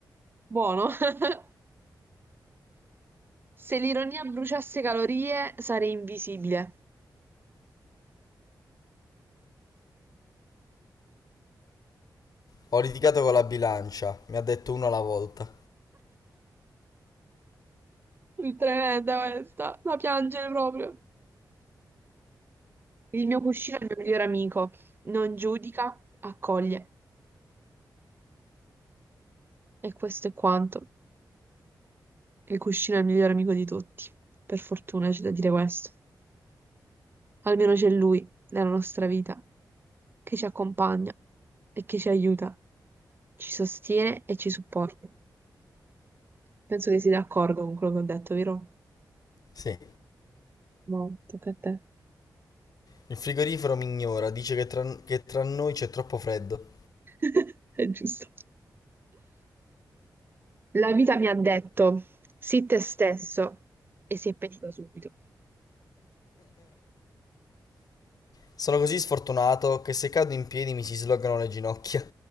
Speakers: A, on the right; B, on the left.
A: Buono. <laughs> Se l'ironia bruciasse calorie, sarei invisibile.
B: Ho litigato con la bilancia, mi ha detto uno alla volta.
A: Tremenda questa, da piangere proprio. Il mio cuscino è il mio migliore amico. Non giudica, accoglie. E questo è quanto. Il cuscino è il migliore amico di tutti. Per fortuna c'è da dire questo. Almeno c'è lui nella nostra vita che ci accompagna e che ci aiuta, ci sostiene e ci supporta. Penso che sei d'accordo con quello che ho detto, vero?
B: Sì.
A: No, tocca a te.
B: Il frigorifero mi ignora, dice che tra, che tra noi c'è troppo freddo.
A: <laughs> È giusto. La vita mi ha detto, sii te stesso, e si è pentita subito.
B: Sono così sfortunato che se cado in piedi mi si slogano le ginocchia.